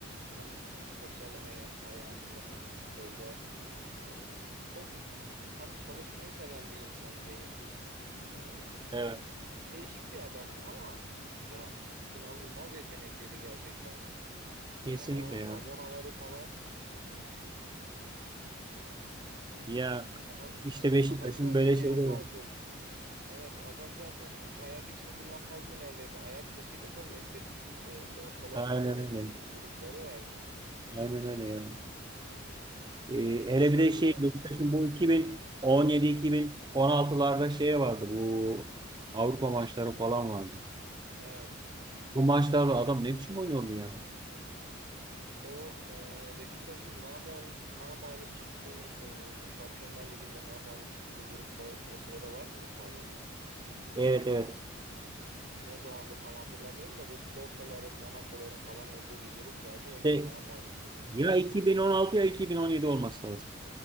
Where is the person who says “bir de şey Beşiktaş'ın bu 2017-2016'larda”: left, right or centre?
Right